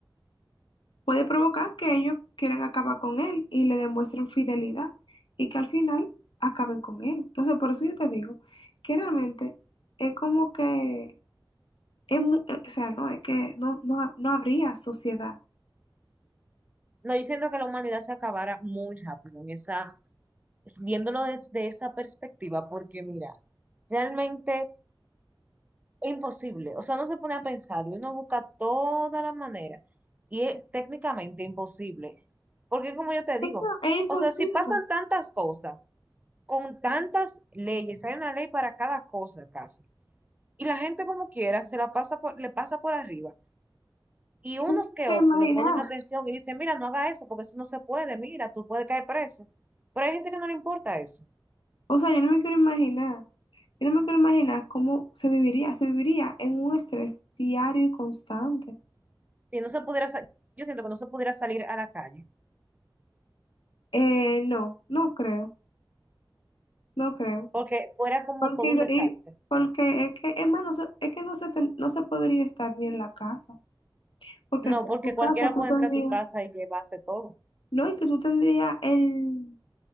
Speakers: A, on the left; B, on the right.
A: puede provocar que ellos quieran acabar con él y le demuestren fidelidad y que al final acaben con él. Entonces, por eso yo te digo que realmente es como que, es mu- eh, o sea, no, es que no, no, no habría sociedad.
B: No, yo siento que la humanidad se acabara muy rápido en esa, viéndolo desde esa perspectiva, porque mira, realmente es imposible. O sea, uno se pone a pensar y uno busca todas las maneras. Y es técnicamente imposible. Porque como yo te digo,
A: No, es imposible,
B: o sea, si pasan
A: yo
B: tantas cosas, con tantas leyes, hay una ley para cada cosa casi. Y la gente como quiera se la pasa por- le pasa por arriba. Y unos
A: no me
B: que
A: quiero
B: otros
A: imaginar.
B: le ponen atención y dicen, mira, no haga eso porque eso no se puede, mira, tú puedes caer preso. Pero hay gente que no le importa eso.
A: O sea, yo no me quiero imaginar. Yo no me quiero imaginar cómo se viviría. Se viviría en un estrés diario y constante.
B: Si no se pudiera, sa- yo siento que no se pudiera salir a la calle
A: Eh, no, no creo, no creo.
B: porque fuera como
A: Porque,
B: todo un desastre.
A: y- porque es que, es más, no se, es que no se, ten- no se podría estar bien en la casa. Porque
B: No,
A: hasta
B: porque
A: en tu casa
B: cualquiera
A: tú
B: puede
A: tendrías,
B: entrar a tu casa y llevarse todo.
A: no, y que tú tendrías el,